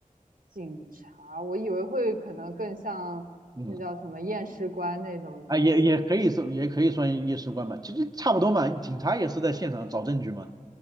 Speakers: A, on the right; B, on the right.
A: 警察，我以为会可能更像那叫什么验尸官那种角色。
B: 嗯。啊，也也可以是，也可以算夜尸官嘛，其实差不多嘛。警察也是在现场找证据嘛。